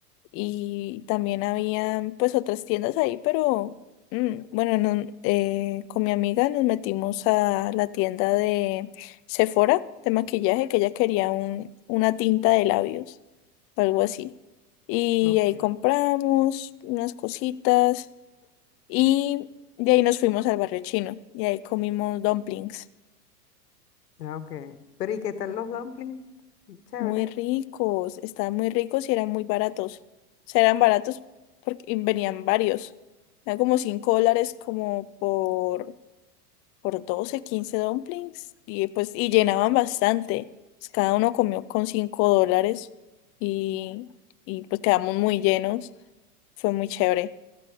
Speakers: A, on the left; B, on the left.
A: Y también había pues otras tiendas ahí, pero mm, bueno, no, eh, con mi amiga nos metimos a la tienda de Sephora de maquillaje, que ella quería un, una tinta de labios, o algo así. Y
B: Ok,
A: ahí compramos unas cositas y de ahí nos fuimos al barrio chino y ahí comimos dumplings.
B: ah, ok. Pero, ¿y qué tal los dumplings? Chévere.
A: Muy ricos, estaban muy ricos y eran muy baratos. O sea, eran baratos porque y venían varios. Eran como 5 dólares como por, por 12 15 dumplings. Y pues, y llenaban bastante. Pues, cada uno comió con 5 dólares y, y pues quedamos muy llenos. Fue muy chévere.